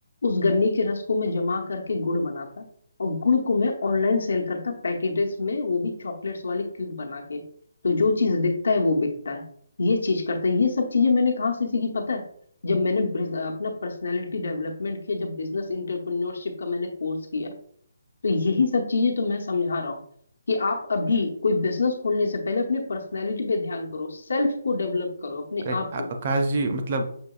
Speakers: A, on the left; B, on the right.
A: उस गन्ने के रस को मैं जमा करके गुड़ बनाता और गुड़ को मैं ऑनलाइन सेल करता पैकेटेस में वो भी चॉकलेट्स वाले क्यूब बना के तो जो चीज दिखता है वो बिकता है ये चीज करता है ये सब चीजें मैंने कहाँ से सीखी पता है जब मैंने बिज- अपना पर्सनैलिटी डेवलपमेंट किया जब बिजनेस इंटरप्रेन्योरशिप का मैंने कोर्स किया तो यही सब चीजें तो मैं समझा रहा हूँ कि आप अभी कोई बिजनेस खोलने से पहले अपने पर्सनैलिटी पे ध्यान करो सेल्फ को डेवलप करो अपने
B: अरे
A: आप
B: आ-
A: को
B: आकाश जी मतलब